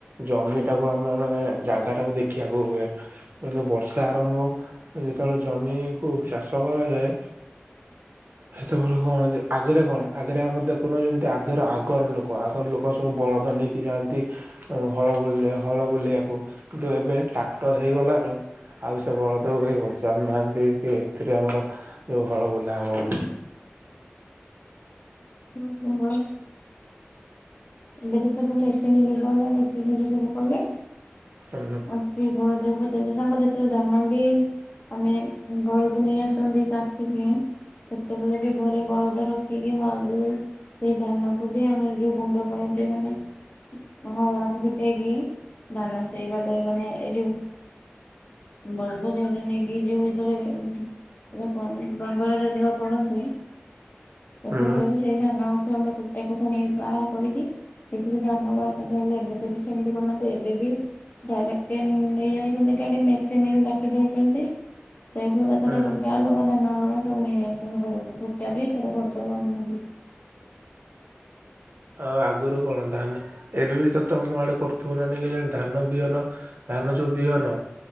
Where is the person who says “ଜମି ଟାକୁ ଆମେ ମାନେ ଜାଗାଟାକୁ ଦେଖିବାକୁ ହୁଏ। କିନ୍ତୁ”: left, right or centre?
Right